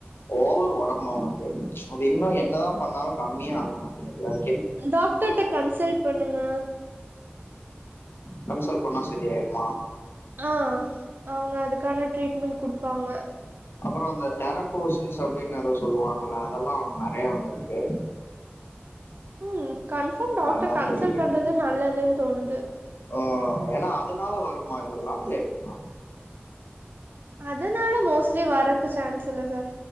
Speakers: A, on the left; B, on the right.
A: ஓவர் ஒடம்பு அவனுக்கு அது இன்னு என்னதா பண்ணாலு கம்மியா ஆகமாட்டேங்குது அது
B: டாக்டர்ட கன்சல் பண்ணுங்க
A: கன்சல் பண்ணா சரி ஆயிருமா
B: ஆ அவங்க அதுக்கான ட்ரீட்மெண்ட் குடுப்பாங்க
A: அப்புற அந்த டெரகோசிஸ் அப்டின்னு ஏதோ சொல்லுவாங்கள அதெல்லா அவனுக்கு நெறைய வந்திருக்கு
B: ம் கன்ஃபார்ம் டாக்ர
A: அஹ் தம்பிக்கு
B: கன்சல்ட் பண்றது நல்லதுன் தோணுது
A: அ ஏன்னா அதனால வருமா இதெல்லா இல்ல எப்டிமா
B: அதனால மோஸ்ட்லி வறக்கு சான்ஸ் இல்ல சார்